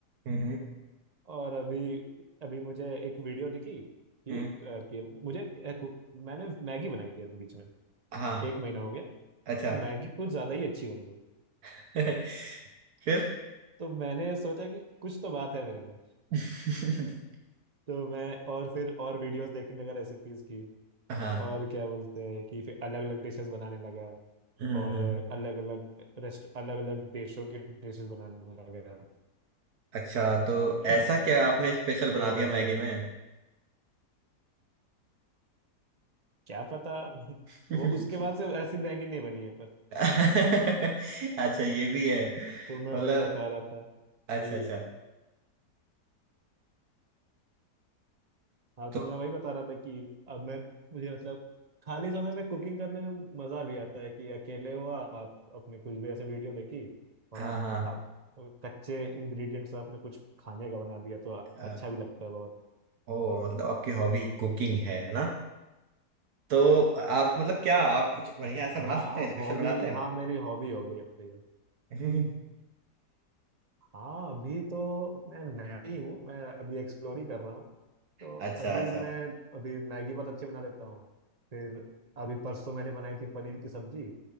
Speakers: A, on the right; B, on the right.
A: हम्म
B: और अभी अभी मुझे एक वीडियो दिखी कि,
A: हम्म
B: अ, कि मुझे अ, कुक- मैंने मैगी बनाई थी अभी बीच में
A: हाँ
B: एक महीना हो गया
A: अच्छा
B: तो मैगी कुछ ज्यादा ही अच्छी बन गई
A: <laughs> फिर
B: तो मैंने सोचा कि कुछ तो बात है मेरे में
A: <laughs>
B: तो मैं और फिर और वीडियोस देखने लगा रेसिपीज की
A: हाँ
B: और क्या बोलते हैं कि फिर अलग अलग डिशेस बनाने लगा
A: हम्म
B: और
A: हम्म।
B: अलग अलग रेस्ट अलग अलग देशों के डिशेस बनाने लगा
A: अच्छा तो ऐसा
B: <clears throat>
A: क्या आपने स्पेशल बना
B: तो
A: दिया मैगी
B: फिर
A: में
B: क्या पता
A: <laughs>
B: वो उसके बाद से ऐसी मैगी नहीं बनी है पर
A: अच्छा ये भी है
B: तो मैं
A: मतलब
B: वही बता रहा था कि
A: अच्छा अच्छा
B: हाँ
A: तो
B: तो मैं वही बता रहा था कि अब मैं मुझे मतलब खाली समय में कुकिंग करने में मजा भी आता है कि अकेले हो आप, आप अपने कुछ भी ऐसे वीडियो देखी और
A: हाँ
B: आप
A: हाँ
B: आप कच्चे इंग्रेडिएंट्स से आपने कुछ खाने का बना दिया तो अच्छा
A: अ,
B: भी लगता है बहुत
A: ओ मतलब आपकी हॉबी कुकिंग है ना तो आप मतलब क्या आप कुछ बढ़िया ऐसा बना
B: हाँ
A: सकते हैं स्पेशल
B: हॉबी
A: बनाते हैं
B: हाँ मेरी हॉबी हो गई अब तो ये
A: <laughs>
B: हाँ अभी तो मैं नया ही हूँ मैं अभी एक्सप्लोर ही कर रहा हूँ तो
A: अच्छा
B: अभी
A: अच्छा
B: मैं अभी मैगी बहुत अच्छी बना लेता हूँ फिर अभी परसों मैंने बनाई थी पनीर की सब्जी